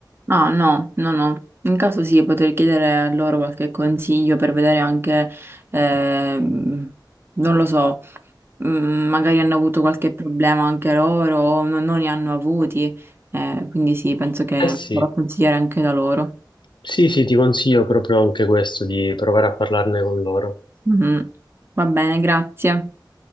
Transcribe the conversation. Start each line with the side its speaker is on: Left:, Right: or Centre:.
Right: No, no, no, no. In caso sì, potrei chiedere a loro qualche consiglio per vedere anche, ehm, non lo so. mm, magari hanno avuto qualche problema anche loro, o non, non ne hanno avuti, eh, quindi sì, penso che
Left: Eh sì,
Right: vorrò consigliare anche da loro.
Left: Sì, sì, ti consiglio proprio anche questo, di provare a parlarne con loro.
Right: Mhm. Va bene, grazie.